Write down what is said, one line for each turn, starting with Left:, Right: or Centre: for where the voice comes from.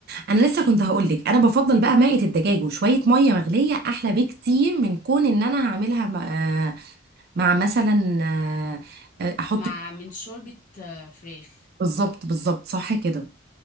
Right: انا لسه كنت هقولك انا بفضل بقى مائة الدجاج وشويه ميه مغليه احلى بكتير من كون ان انا هعملها مع, آه، مع مثلا آه، آه، احط
Left: مع من شوربة آه، فراخ
Right: بالظبط بالظبط صح كده